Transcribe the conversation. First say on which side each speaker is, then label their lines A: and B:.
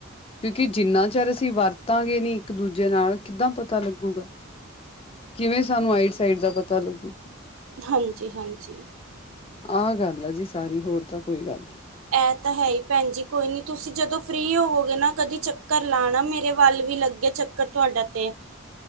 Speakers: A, on the left; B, on the right.
A: ਕਿਉਂਕਿ ਜਿੰਨਾ ਚਿਰ ਅਸੀਂ ਵਰਤਾਂਗੇ ਨੀ ਇੱਕ ਦੂਜੇ ਨਾਲ ਕਿੱਦਾਂ ਪਤਾ ਲੱਗੂਗਾ ਕਿਵੇਂ ਸਾਨੂੰ ਆਈਡ ਸਾਈਡ ਦਾ ਪਤਾ ਲੱਗੂ
B: ਹਾਂਜੀ, ਹਾਂਜੀ
A: ਆਹ ਗੱਲ ਆ ਜੀ ਸਾਰੀ ਹੋਰ ਤਾਂ ਕੋਈ ਗੱਲ ਨੀ।
B: ਐਹ ਤਾਂ ਹੈ ਹੀ ਭੈਣ ਜੀ ਕੋਈ ਨੀ ਤੁਸੀਂ ਜਦੋਂ ਫਰੀ ਹੋਵੋਗੇ ਨਾ ਕਦੀ ਚੱਕਰ ਲਾਣਾ ਮੇਰੇ ਵੱਲ ਵੀ ਲੱਗੇ। ਚੱਕਰ ਤੁਹਾਡਾ ਤੇ